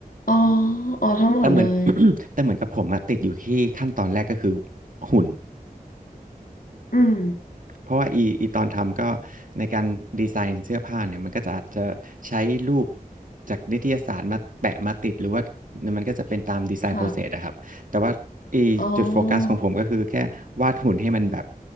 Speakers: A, on the left; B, on the right.
A: อ๋ออ๋อทั้งหมดเลย
B: แต่เหมือน <coughs> แต่เหมือนกับผมอะติดอยู่ที่ขั้นตอนแรกก็คือหุ่น
A: อืม
B: เพราะว่าอีอีตอนทำก็ในการดีไซน์เสื้อผ้าเนี่ยมันก็จะอาจจะใช้รูปจากนิตยสารมาแปะมาติดหรือว่ามันก็จะเป็นตามดีไซน์
A: ค่ะ
B: process อะครับแต่ว่าอีจุดโฟกัสของผมก็คือแค่วาดหุ่นให้มันแบบ
A: อ๋อ